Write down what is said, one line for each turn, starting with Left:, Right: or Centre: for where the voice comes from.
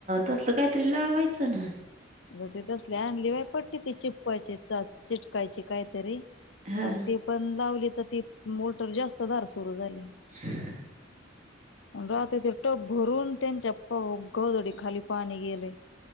Right: तसलं काहीतरी लावायचं ना
Left: ज त तसले आणली बाय पटते ती चिपकायची चिटकायची कायतरी
Right: हा
Left: पण ती पण लावली तर ती मोटर जास्त दार सुरू झाली.
Right: ह.
Left: राहत ते टोप भरून त्यांच्या गोधडी खाली पाणी गेलेय.